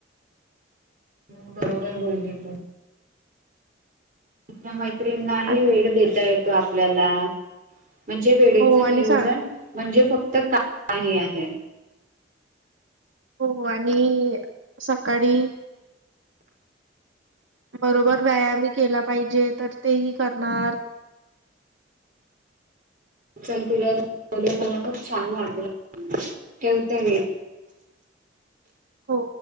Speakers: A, on the right (about 45°); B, on the right (about 85°).
A: हूं बरोबर बोलली तू आपल्या मैत्रींनाही
B: आ-
A: वेड देता येतो आपल्याला. म्हणजे वेडेचं
B: हो आणि
A: नियोजन
B: स
A: म्हणजे फक्त <inaudible> काही आहे.
B: हो आणि सकाडी बरोबर व्यायामही केला पाहिजे तर तेही करणार.
A: चल तुला बोलुन मला खूप छान वाटलं ठेवते मी.
B: हो.